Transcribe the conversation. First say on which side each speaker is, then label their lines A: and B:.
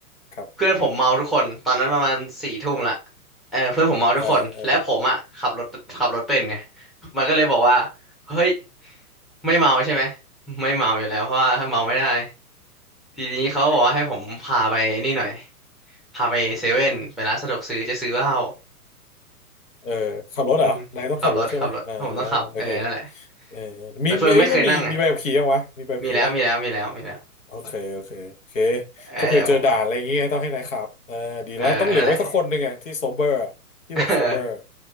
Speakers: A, on the left (about 55°); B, in the centre.
A: ครับ
B: เพื่อนผมเมาทุกคนตอนนั้นประมาณสี่ทุ่มละเออเพื่อนผมเมาทุกคนและผมอ่ะขับรถขับรถเป็นไง
A: เออเออ
B: มันก็เลยบอกว่าเฮ้ย ไม่เมาใช่ไหมไม่เมาอยู่แล้วเพราะว่าเมาไม่ได้ทีนี้เขาก็บอกว่าให้ผมพาไปนี่หน่อยพาไปเซเว่นไปร้านสะดวกซื้อจะซื้อเหล้า
A: เออขับรถเหรอนายต้องขับรถใช่ปะอ่า
B: อืมขับรถขับรถผมต้องขับเออนั่นแหละ
A: โอเคเออมีมีเอ้ยแล้วมีมีใบขับขี่ยังวะมีใบขับขี่ปะ
B: แล้วเพื่อนไม่เคยนั่งไงมีแล้วมีแล้วมีแล้วมีแล้ว
A: โอเคโอเคโอเค
B: เออผมก็
A: ก็เผื่อเจอด่านอะไรอย่างเงี้ยต้องให้นายขับเออดีแล้วต้องเหลือไว้สักคนหนึ่งอะที่โซเบอร์
B: เออนั่นแหละ
A: ที่แบบโซเบอร์
B: <laughs> เออ